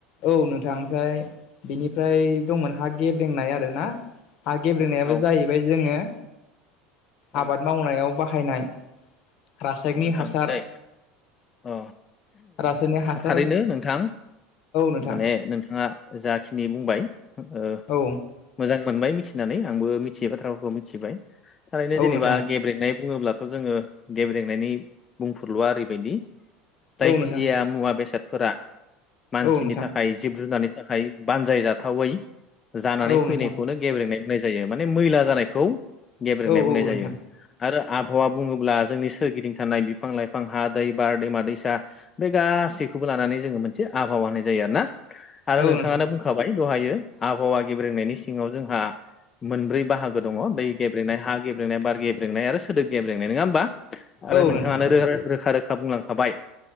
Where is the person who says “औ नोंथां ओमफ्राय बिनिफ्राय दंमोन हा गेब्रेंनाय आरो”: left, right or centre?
Left